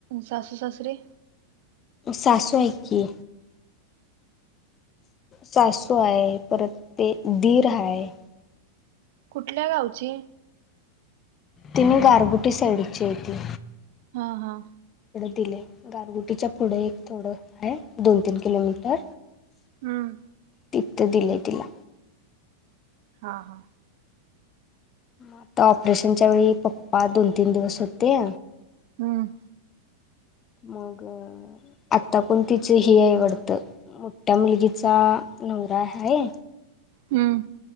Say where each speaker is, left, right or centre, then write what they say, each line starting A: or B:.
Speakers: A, on the right (about 50°); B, on the left (about 25°).
A: सासू सासरे
B: सासू आहेकी. सासू आहे परत ते दीर आहे.
A: कुठल्या गावची
B: तिने गारबुटी साईडची यती.
A: हा हा
B: त गारगुटीच्या पुढे एक थोडं आहे दोन तीन किलोमीटर
A: हम्म
B: तिथ दिलंय तिला,
A: हा हा
B: आता ऑपरेशनच्या वेळी पप्पा दोन तीन दिवस होते.
A: हम्म
B: मग आता कोण तिच ही आहे वाटतं. मोठ्या मुलगीचा नवरा आहे.
A: हम्म